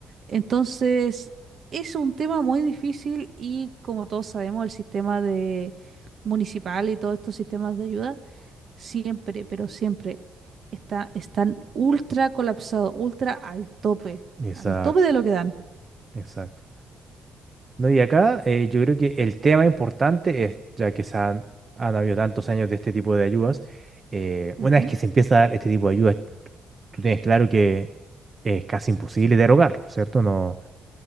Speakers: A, on the right (about 50°); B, on the right (about 30°).
A: Entonces, es un tema muy difícil y como todos sabemos, el sistema de municipal y todos estos sistemas de ayuda siempre, pero siempre está, están ultra colapsados, ultra al tope,
B: Exacto,
A: al tope de lo que dan.
B: exacto. No, y acá eh, yo creo que el tema importante es, ya que se han, han habido tantos años de este tipo de ayudas, eh,
A: Ujú.
B: una vez que se empieza a dar este tipo de ayudas, tú tienes claro que es casi imposible derogarlo, ¿cierto? No,